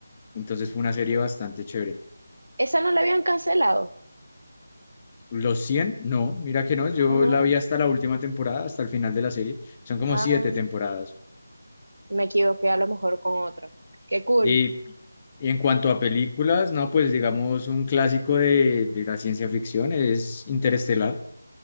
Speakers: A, on the left (about 25°); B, on the right (about 75°).
A: Entonces fue una serie bastante chévere.
B: Esa no la habían cancelado.
A: Los cien no, mira que no, yo
B: Ah,
A: la vi hasta la última temporada, hasta el final de la serie. Son como
B: ah,
A: siete temporadas.
B: me equivoqué a lo mejor con otra. Qué cool,
A: Y Y en cuanto a películas, no, pues digamos un clásico de, de la ciencia ficción es Interestelar.